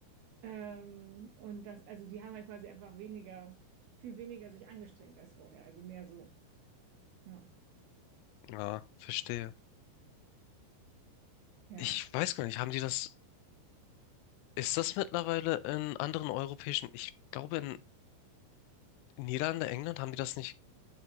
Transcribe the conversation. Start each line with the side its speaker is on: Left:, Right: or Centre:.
Right: Ähm, und das, also die haben halt quasi einfach weniger, viel weniger sich angestrengt als vorher, also mehr so. Ja.
Left: Ja, verstehe.
Right: Ja.
Left: Ich weiß gar nicht, haben die das, ist das mittlerweile in anderen europäischen, ich glaube in Niederlande, England haben die das nicht